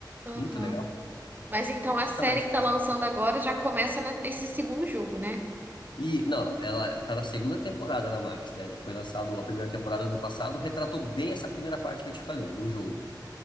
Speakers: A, on the right; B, on the left.
A: Uhum.
B: Muito legal.
A: Mas então a
B: Nossa,
A: série
B: mas.
A: que tá lançando agora já começa na- nesse segundo jogo, né?
B: E, não, ela tá na segunda temporada na Max, né? Foi lançado a primeira temporada ano passado, retratou bem essa primeira parte que eu te falei, do jogo.